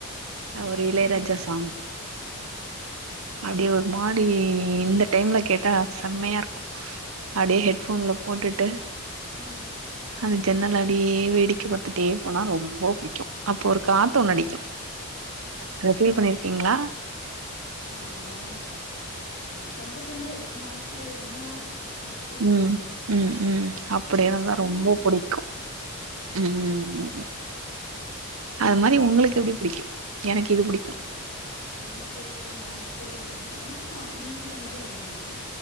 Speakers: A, on the right; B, on the left.
A: ஒரு இளையராஜா
B: ம்
A: சாங்
B: ஆ
A: அப்டியே ஒரு மாரி இந்த டைம்ல கேட்டா செம்மையா இருக்கு அப்டியே ஹெட் போன்ல போட்டுட்டு
B: ம்
A: அந்த ஜன்னல் அப்டியே வேடிக்கை பாத்துட்டே போனா ரொம்ப புடிக்கு அப்போ ஒரு காத்து ஒன்னு அடிக்கு அத ஃபீல் பண்ணிருக்கீங்ளா
B: ஆ நா எங்கே கொஞ்சோ கொஞ்சோ எப்பமாச்சு ரொம்ப நாள் ஆச்சு
A: ம் ம் ம் அப் அப்டியே
B: ஆ
A: வந்தா
B: பண்ணிருக்கே
A: ரொம்ப புடிக்கு
B: ஆனா
A: ம் அது மாரி உங்களுக்கு எப்டி புடிக்கு எனக்கு இது புடிக்கு
B: எனக்கு நைட்டு எனக்கு நீங்க சொன்னது எனக்கு புடிக்கு